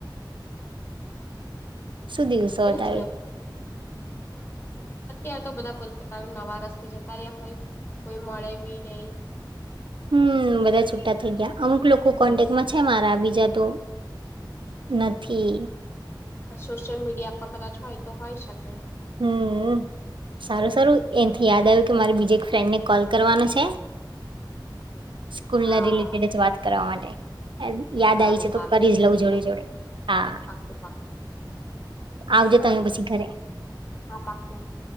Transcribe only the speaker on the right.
સું દિવસો
હતા
એ?
હમ્મ, બધા છૂટા થઇ ગીયા. અમુક લોકો કોન્ટેકમાં છે મારા બીજા તો નથી.
હમ્મ, સારુ સારુ એનથી યાદ આયવુ, કે મારી બીજી એક ફ્રેન્ડ ને કોલ કરવાનો છે. સ્કૂલ
ના રિલેટેડ જ વાત કરવા માટે. યાદ
આયી છે, તો
કરી જ લઉં જોડે
જોડે. હા.
આવજો
તમે પસી ઘરે.